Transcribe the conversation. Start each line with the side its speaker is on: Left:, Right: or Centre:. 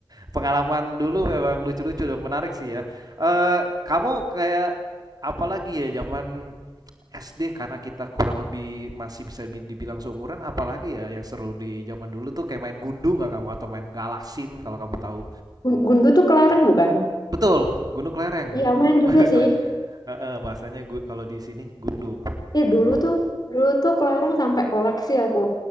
Right: pengalaman dulu memang lucu-lucu dan menarik sih ya eh kamu kayak apalagi ya zaman SD karena kita kurang lebih masih bisa bi- dibilang seumuran apalagi ya yang seru di zaman dulu tuh kayak main gundu nggak kamu atau main galasin kalau kamu tahu
Left: Gun- Gundu tuh kelereng bukan
Right: Betul, gundu kelereng.
Left: iya main
Right: <laughs> Bah-
Left: juga
Right: kele-
Left: sih
Right: heeh, bahasanya gu kalau di sini gundu, gitu.
Left: ya dulu tuh dulu tuh kelereng sampai koleksi aku